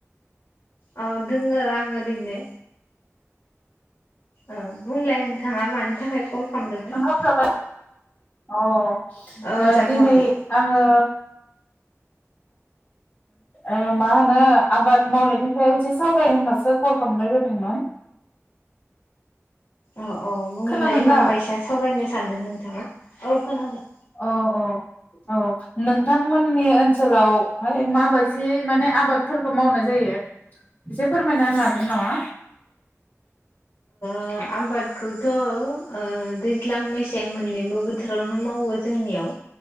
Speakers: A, on the left (about 65°); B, on the left (about 35°).
A: औ दोङो आं ओरिनो। औ बुंलाय नोंथाङा मानि थाखाय कल खालामदोंमोन?
B: ओंखाम जाबाय अ'
A: औ
B: ओ
A: जाथ'वाखै
B: दिनै आङो ओ मा होनो आबाद मावनायनि सायाव एसे सावराय होननासो कल खालामनाय जादोंमोन।
A: औ औ बुंलाय
B: खोनादों
A: माबायसा
B: दा?
A: सावरायनो सानदों नोंथाङा। औ खोनादो।
B: औ औ औ नोंथांमोननि ओनसोलावहाय माबायसायै माने आबादफोरखौ मावनाय जायो एसे फोरमायना होनो हागोन नामा?
A: ओ आबादखौथ' ओ दैज्लां मेसें मोननैबो बोथोरावनो मावो जोंनियाव।